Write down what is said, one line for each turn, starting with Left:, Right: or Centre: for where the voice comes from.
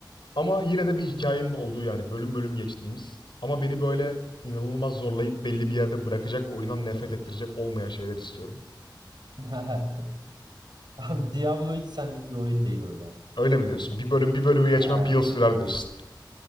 Left: ama yine de bir hikayenin olduğu yani bölüm bölüm geçtiğimiz ama beni böyle inanılmaz zorlayıp belli bir yerde bırakacak ve oyundan nefret ettirecek olmayan şeyler istiyorum.
Right: hı. <laughs> Abi Diablo hiç senlik bir oyun değil o zaman.
Left: Öyle mi diyorsun? Bir bölüm bir bölümü geçmem
Right: Yani
Left: bir yıl sürer diyorsun.